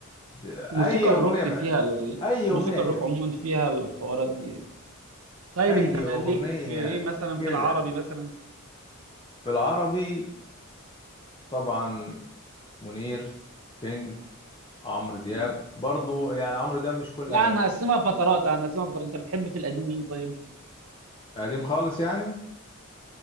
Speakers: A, on the left; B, on the right.
A: اي
B: موسيقى
A: اغنيه
B: الروك
A: بقى
B: فيها ال...
A: اي
B: موسيقى
A: اغنيه كده
B: الروك عموما فيها الحوارات دي يعني طيب
A: اي
B: انت
A: اغنيه
B: ليك في ايه مثلا
A: كده
B: في العربي مثلا
A: في العربي طبعا منير كينج عمرو دياب
B: مم.
A: برضو يعني عمرو دياب مش كل
B: لا
A: اغانيه
B: انا هقسمها فترات انا هقسمها فترات انت بتحب في القديم مين طيب
A: قديم خالص يعني